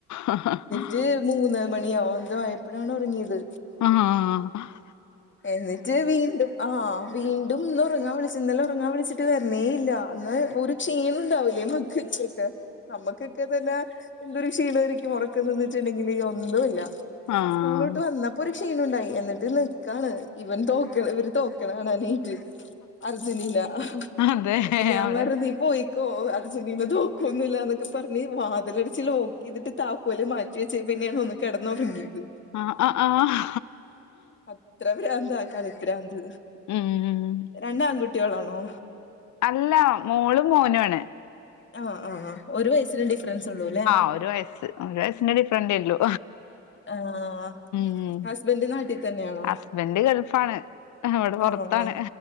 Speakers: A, on the left; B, on the left.
A: ആഹ്
B: ജ് മൂന്നര മണിയോ എന്തേ ആയപ്പഴാണ് ഒറങ്ങിയത്
A: ആ ആഹ് ആഹ്
B: എന്നിട്ട് വീണ്ടും ആഹ് വീണ്ടും ഇന്ന് ഉറങ്ങാൻ വിളിച്ച് ഇന്നലെ ഉറങ്ങാൻ വിളിച്ചിട്ട് വരണേ ഇല്ല എന്നാ ഒരു ക്ഷീണണ്ടാവില്ലേ മക്കക്കൊക്കെ നമ്മുക്കൊക്കെത്തന്നെ എന്തൊരു ക്ഷീണെരിക്കും ഉറക്കം നിന്നിട്ടെണ്ടെങ്കില് ഒന്നുല്ല
A: ആഹ്
B: സ്കൂള് വിട്ട് വന്നപ്പോ ഒരു ക്ഷീണ ഉണ്ടായി എന്നിട്ട് പിന്നെ ക്കാണ് ഇവൻ തോക്കണെ ഇവര് തോക്കണെ കാണാനെ അർജന്റീന
A: അതെ
B: അപ്പൊ ഞാൻ
A: അവരെ
B: പറഞ്ഞ് നീ പോയി ക്കോ അർജന്റീന തോക്കൊന്നില്ലന്നൊക്കെ പറഞ്ഞ് വാതിലടച്ച് ലോക്കക്കെ ഇതിട്ട് താക്കോല് മാറ്റി വെച്ചെ പിന്നെയാ തോന്നണ് കിടന്നോറങ്ങിയത്
A: ആഹ് ആഹാ
B: ഇത്ര പ്രാന്താ കളി പ്രാന്ത്
A: ഉം
B: രണ്ടാങ്കുട്ട്യാളാണോ
A: അല്ല മോളും മോനാണ്
B: ആ ആ ഒരു വയസ്സിനു ഡിഫറൻസ് ഉള്ളൂല്ലേ
A: ആ ഒരു വയസ്സ് ഒരു വയസ്സിന്റെ ഡിഫറന്റെയുള്ളൂ
B: ആഹ്
A: ഉം
B: ഹസ്ബൻഡ് നാട്ടിൽ തന്നെയാണോ
A: ഹസ്ബന്റ് ഗൾഫാണ് അവടെ പൊറത്താണ്
B: ആഹ് ആഹ്